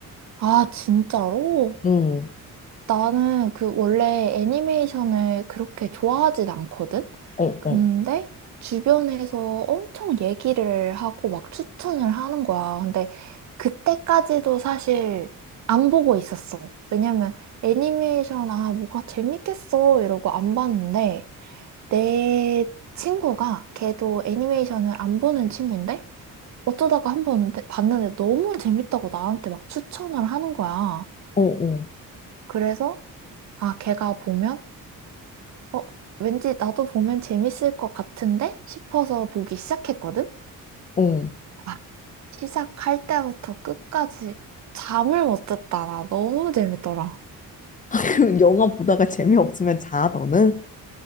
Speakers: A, on the right; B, on the left.
A: 아, 진짜로?
B: 응,
A: 나는 그 원래 애니메이션을 그렇게 좋아하진 않거든?
B: 어,
A: 근데
B: 어,
A: 주변에서 엄청 얘기를 하고 막 추천을 하는 거야. 근데 그때까지도 사실 안 보고 있었어. 왜냐면 애니메이션, 아, 뭐가 재밌겠어. 이러고 안 봤는데 내 친구가 걔도 애니메이션을 안 보는 친구인데 어쩌다가 한 번 봤는데 너무 재밌다고 나한테 막 추천을 하는 거야.
B: 어, 어,
A: 그래서 아, 걔가 보면, 어, 왠지 나도 보면 재밌을 것 같은데? 싶어서 보기 시작했거든?
B: 어,
A: 아, 시작할 때부터 끝까지 잠을 못 잤다. 나 너무 재밌더라.
B: <laughs> 그 영화 보다가 재미없으면 자, 너는?